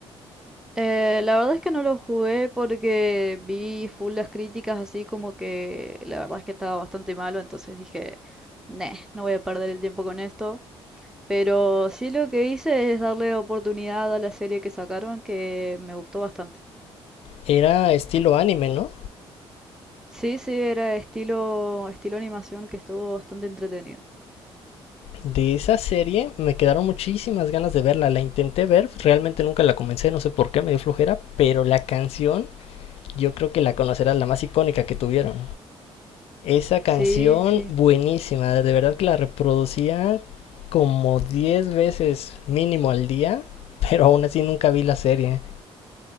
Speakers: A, in the centre; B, on the left.
A: Eh, la verdad es que no lo jugué porque vi full las críticas así como que la verdad es que estaba bastante malo, entonces dije, "Neh, no voy a perder el tiempo con esto. Pero sí lo que hice es darle oportunidad a la serie que sacaron que me gustó bastante.
B: Era estilo anime, ¿no?
A: Sí, sí, era estilo, estilo animación que estuvo bastante entretenido.
B: De esa serie me quedaron muchísimas ganas de verla, la intenté ver, realmente nunca la comencé, no sé por qué, me dio flojera, pero la canción yo creo que la conocerás, la más icónica que tuvieron. Esa canción
A: Sí, sí.
B: buenísima, de verdad que la reproducía como 10 veces mínimo al día, pero aún así nunca vi la serie.